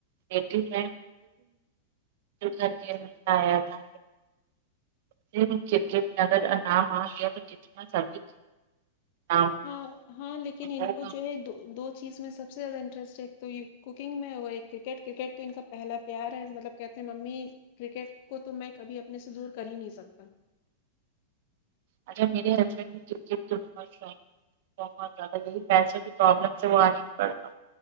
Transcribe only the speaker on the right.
ریلیٹیو ہے گھر کے آیا تھا چ میں چپ چپ اگر انام آ گیا تو چ سبھی نام
ہوگا
اچھا میرے
ہسبینڈ بھی کرکٹ بہت شوق بہت زیادہ لیکن پیسے کی پرابلم سے وا نہی پڑتا